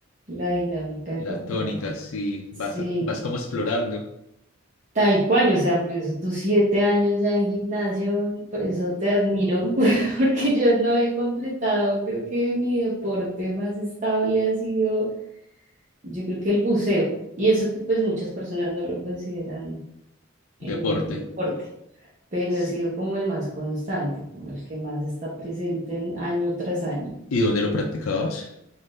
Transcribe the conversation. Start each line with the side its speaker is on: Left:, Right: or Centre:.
Right: la dinámica deportiva.
Left: la tónica, sí,
Right: Sí.
Left: vas, vas como explorando
Right: Tal cual, o sea, por eso tus siete años ya en gimnasio, por eso te admiro, <laughs> porque yo no he completado, creo que mi deporte más estable ha sido, yo creo que el buceo, y eso que pues muchas personas no lo consideran eh,
Left: deporte.
Right: deporte, pero
Left: S-
Right: ha sido como el más constante, como el que más está presente en año tras año.
Left: ¿Y dónde lo practicabas?